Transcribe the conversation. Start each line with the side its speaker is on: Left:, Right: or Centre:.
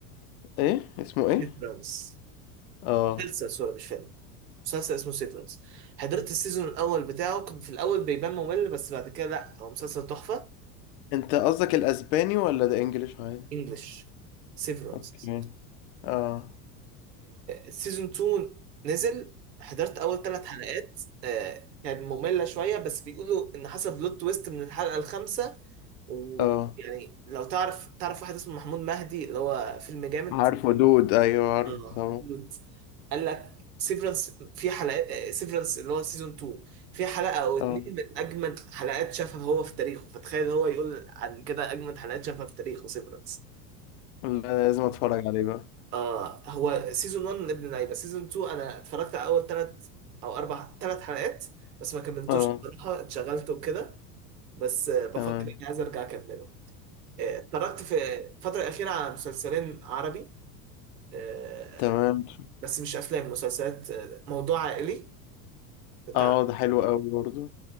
Left: ايه اسمه ايه
Right: سيفرنس
Left: اه
Right: مسلسل سوري مش فيلم مسلسل اسمه سيفرنس حضرت السيزون الاول بتاعه كان في الاول بيبان ممل بس بعد كده لا هو مسلسل تحفه
Left: انت قصدك الاسباني ولا ده انجليش عادي
Right: انجلش سيفرنس
Left: اوكي اه
Right: سيزون 2 نزل حضرت اول ثلاث حلقات آه، كانت مملة شوية بس بيقولوا ان حصل بلوت تويست من الحلقة الخامسة ويعني
Left: اه
Right: لو تعرف تعرف واحد اسمه محمود مهدي اللي هو فيلم جامد
Left: عارفه دود ايوه عارفه
Right: اه
Left: طبعا
Right: محمود. قال لك سيفرنس في حلقة سيفرنس اللي هو سيزون 2 في حلقة او اتنين
Left: اه
Right: من اجمد حلقات شافها هو في تاريخه فتخيل هو يقول عن كده اجمد حلقات شافها في تاريخه سيفرنس
Left: لا، لازم اتفرج عليه بقى
Right: اه هو سيزون 1 من ابن اللعيبه سيزون 2 انا اتفرجت على اول ثلاث او اربع ثلاث حلقات بس ما كملتوش
Left: اه
Right: بصراحه اتشغلت وكده بس آه، بفكر
Left: تمام
Right: اني عايز ارجع اكمله آه، اتفرجت في الفتره الاخيره على مسلسلين عربي آه،
Left: تمام
Right: بس مش افلام مسلسلات آه، موضوع عائلي بتاع
Left: اه ده حلو قوي برضو